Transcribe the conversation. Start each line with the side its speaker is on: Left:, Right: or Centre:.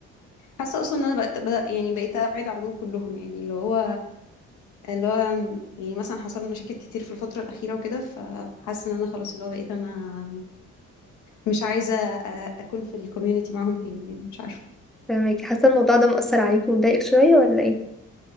Left: حاسة أصلا إن أنا بقت بدأ يعني بقيت أبعد عنهم كلهم يعني اللي هو اللي هو يعني مثلا حصل لي مشاكل كتير في الفترة الأخيرة وكده فحاسة إن أنا خلاص اللي هو بقيت أنا مش عايزة أ- أكون في الكوميونتي معاهم تاني يعني مش عارفة
Centre: فاهماكي حاسة الموضوع ده مأثر عليكي ومضايقك شوية ولا ايه؟